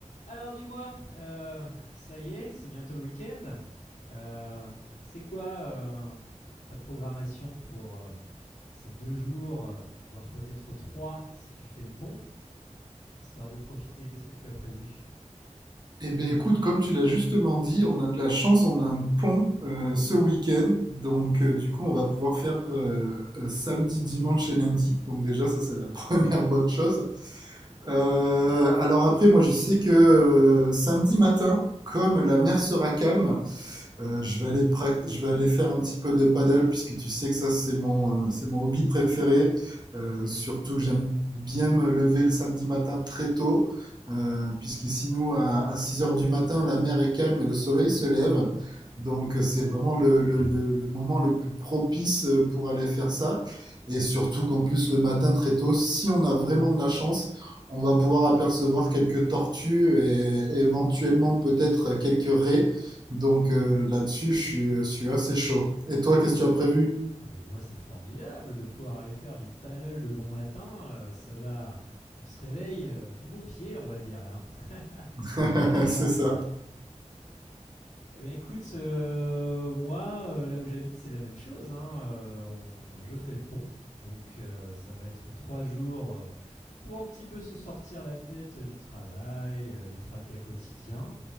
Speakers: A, on the left (about 80°); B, on the right (about 35°).
A: Alors dis-moi, euh, ça y est, c'est bientôt le week-end. Euh, c'est quoi euh, ta programmation pour euh, ces deux jours, euh, voire peut-être trois si tu fais le pont, histoire de profiter Qu'est-ce que tu as prévu
B: Eh bien, écoute, comme tu l'as justement dit, on a de la chance, on a un pont euh, ce week-end. Donc, euh, du coup, on va pouvoir faire euh, euh, samedi, dimanche et lundi. Donc, déjà, ça, c'est la <laughs> première bonne chose. Euh, alors, après, moi, je sais que euh, samedi matin, comme la mer sera calme, euh, je vais aller prac- je vais aller faire un petit peu de paddle puisque tu sais que ça c'est mon euh, c'est mon hobby préféré. Euh, surtout que j'aime bien me lever le samedi matin très tôt euh, puisqu'ici nous à, à 6 heures du matin la mer est calme et le soleil se lève. Donc euh, c'est
A: Oh,
B: vraiment le, le- le- le moment le plus propice euh, pour aller faire ça. Et surtout qu'en plus le matin très tôt, si on a vraiment de la chance, on va pouvoir apercevoir quelques tortues et éventuellement peut-être quelques raies. Donc euh, là-dessus, je suis, euh, je suis assez chaud. Et toi, qu'est-ce que tu as prévu?
A: ah bah dis-moi, c'est formidable de pouvoir aller faire du paddle de bon matin. euh, ça doit, on se réveille euh, du bon pied, là, on va dire là.
B: <laughs>
A: Tu as bien de la chance.
B: C'est ça.
A: Eh bien écoute, euh, moi, euh, là où j'habite, c'est la même chose. hein, euh, on- je fais le pont, donc euh, ça va être trois jours euh, pour un petit peu se sortir la tête euh, du travail, euh, des tracas quotidiens.